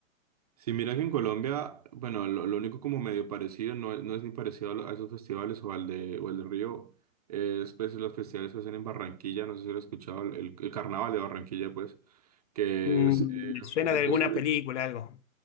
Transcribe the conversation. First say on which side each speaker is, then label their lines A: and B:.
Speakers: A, on the right; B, on the left.
A: Sí, mira que en Colombia, bueno, lo, lo único como medio parecido, no, es no es ni parecido a, lo- a esos festivales o al de, o el de Río, es pues los festivales que hacen en Barranquilla, no sé si lo has escuchado, el, el carnaval de Barranquilla, pues, que
B: Mm,
A: es eh,
B: me suena de alguna
A: sobre,
B: película, algo.